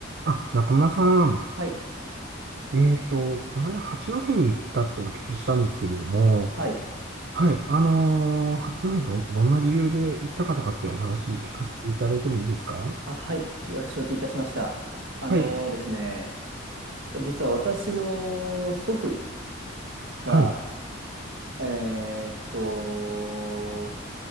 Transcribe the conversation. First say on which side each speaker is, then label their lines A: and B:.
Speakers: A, on the right; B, on the right.
A: あ、中村さん。
B: はい。
A: えっと、この間、八戸に行ったってお聞きしたんですけれども、
B: はい。
A: はい、あのー八戸ど、どんな理由で行ったかとかってお話聞かせていただいてもいいですか
B: あ、あ、はい。し承知いたしました。あのーですね、
A: はい、
B: 実は私の祖父が、
A: はい、
B: えーっと、